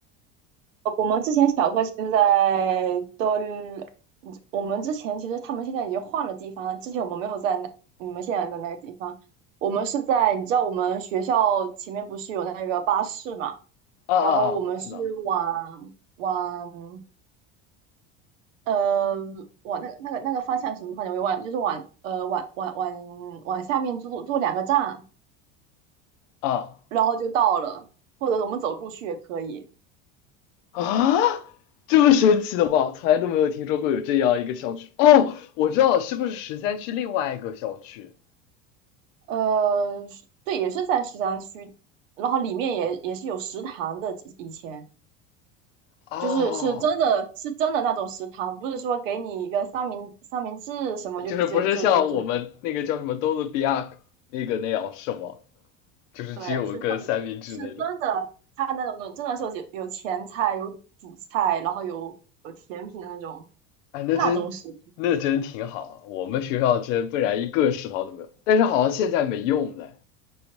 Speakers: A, on the right; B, on the left.
A: 呃我们之前小哥其实在都，嗯我们之前其实他们现在已经换了地方了之前我们没有在那你们现在的那个地方，我们是在你知道我们学校前面不是有那个巴士嘛，
B: 啊啊啊，
A: 然后我们是往往
B: 知道
A: 呃往那个那个那个方向什么方向我也忘了，就是往呃往往往往下面坐坐两个站，
B: 啊
A: 然后就到了，或者我们走路去也可以。
B: 啊，这么神奇的吗？从来都没有听说过有这样一个校区。哦，我知道了，是不是十三区另外一个校区？
A: 呃，是对，也是在十三区，然后里面也也是有食堂的。以前
B: 哦，
A: 就是是真的是真的那种食堂，不是说给你一个三明三明治什么就就就就就
B: 就是不是像我们那个叫什么多伦比亚那个那样是吗？就是只有一个三明治那种。
A: 对，是他们是是真的，他那种真的是有有前菜、有主菜，然后有有甜品的那种
B: 哎，那真那真挺好啊我们学校真不然一个食堂都没有。
A: 那种食堂，
B: 但是好像现在没用了，